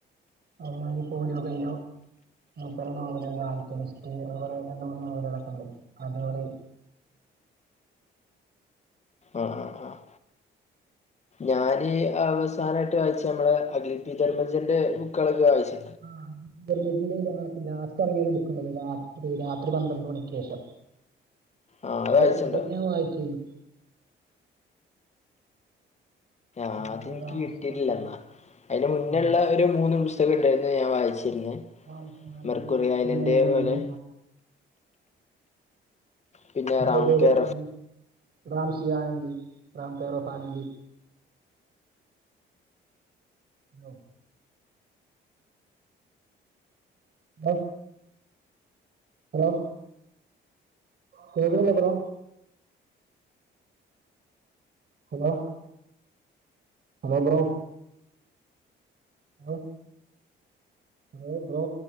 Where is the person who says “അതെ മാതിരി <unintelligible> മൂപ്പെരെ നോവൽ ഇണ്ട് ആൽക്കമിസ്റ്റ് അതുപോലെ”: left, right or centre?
Right